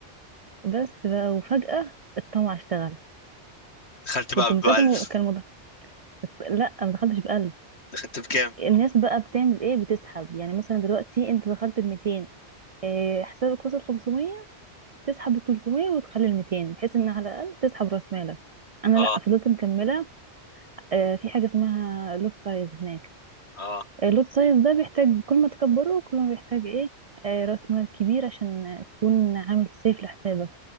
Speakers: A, on the right; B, on the left.
A: بس بقى وفجأة الطمع اشتغل
B: دخلت بقى
A: كنت ملتزمة
B: ب 1000
A: وكان الموضوع لا ما دخلتش بقلب
B: دخلت بكام
A: الناس بقى بتعمل ايه بتسحب يعني مثلا دلوقتي انت دخلت ال 200 إيه، حسابك وصل 500 تسحب ال 300 وتخلي ال 200 بحيث ان على الاقل تسحب راس مالك انا
B: اه
A: لا فضلت مكمله آه، في حاجه اسمها لوت سايز هناك
B: اه
A: اللوت سايز ده بيحتاج كل ما تكبره كل ما بيحتاج ايه آه، راس مال كبير عشان تكون عامل سيف لحسابك